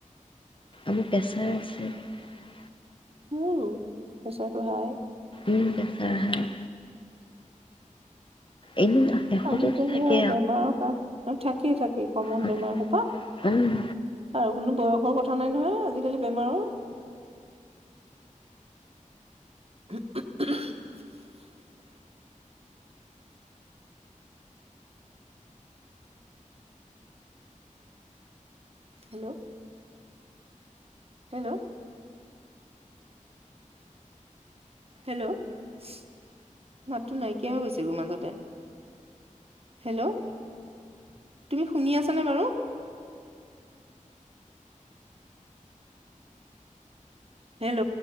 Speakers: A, on the left; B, on the right.
A: আমাৰ প্ৰেছাৰ আছে ।
B: উম, প্ৰেছাৰটো হাই
A: উম, প্ৰেছাৰ হাই। এদিন এশতো
B: আজিকালি
A: থাকে
B: আৰু বেমাৰৰ কাৰ থাকেই, থাকেই, কমন
A: আৰু
B: বেমাৰ সোপা
A: উম,
B: আৰু কোনো বয়স । দুখৰ কথা নাই নহয়, আজিকালি বেমাৰৰ । <inaudible> হেল্ল' হেল্ল' হেল্ল, ' মাতটো নাইকিয়া হৈ গৈছে গৈ মাজতে, হেল্ল, ' তুমি শুনি আছানে বাৰু? হেল্ল'